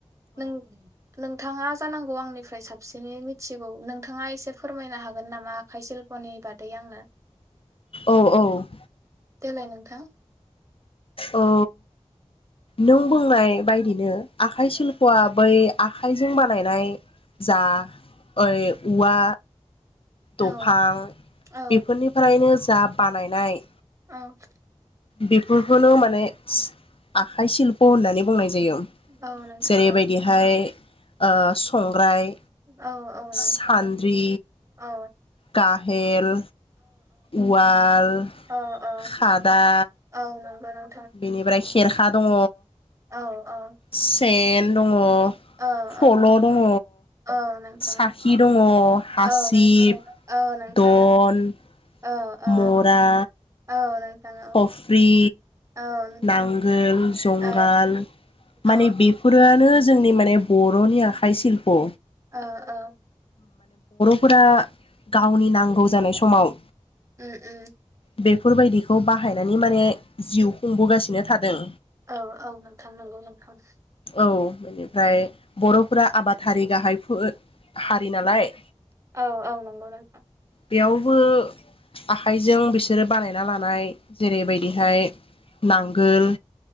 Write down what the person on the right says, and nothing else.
नों नोंथाङा जानांगौ आंनिफ्राय साबसिनै मिथिगौ नोंथाङा एसे फोरमायनो हागोन नामा आखाइ सिल्पनि बादै आंनो।
देलाय नोंथां।
औ
औ
औ।
औ नोंथां
औ औ नोंथां
औ
अ अ
औ नंगौ नों
औ। औ
औ
औ नोंथां
औ नोंथां
औ नोंथां औ नोंथां
औ औ
औ। औ
औ नंगौ
औ औ
औ औ।
उम उम।
औ औ नोंथां नंगौ नोंथां।
औ औ नंगौ नोंथां।